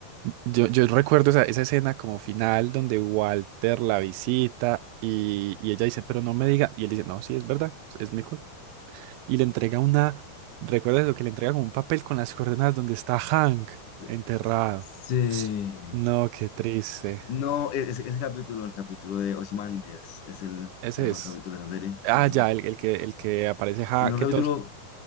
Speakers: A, on the right (about 80°); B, on the left (about 55°).
A: yo, yo recuerdo esa, esa escena como final donde Walter la visita y, y ella dice, pero no me diga. Y él dice, no, sí, es verdad, es mi culpa. Y le entrega una, ¿recuerdas lo que le entrega como un papel con las coordenadas donde está Hank
B: eh,
A: enterrado?
B: sí.
A: No, qué triste.
B: No, e- ese, ese capítulo, el capítulo de Ozymandias, es el
A: Ese
B: mejor
A: es.
B: capítulo de la serie,
A: Ah,
B: a lo mejor.
A: ya, el, el que, el que aparece Hank,
B: El mejor
A: que
B: capítulo,
A: todos.